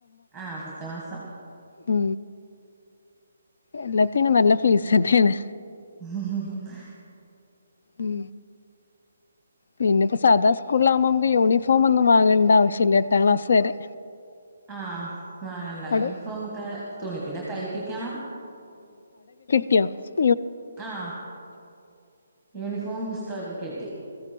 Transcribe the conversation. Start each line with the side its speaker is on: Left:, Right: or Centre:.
Centre: ആ പത്ത് മാസം
Left: ഉ എല്ലാത്തിനും നല്ല ഫീസെന്നെയാണ്
Centre: ഉം ഉം ഉം
Left: ഉം പിന്നെപ്പൊ സാധാ സ്കൂളിലാവുമ്പോ നമുക്ക് യൂണിഫോം ഫോമൊന്നും വാങ്ങേണ്ട ആവശ്യല്ല എട്ടാം ക്ലാസ് വരെ.
Centre: ആ വാങ്ങണ്ട
Left: അവിടെ
Centre: യൂണിഫോം ഒക്കെ തുണി, പിന്നെ തൈപ് പ്പിക്കണം
Left: ട്ട്യോ
Centre: ആ യൂണിഫോം പുസ്തകൊക്കെ കിട്ടി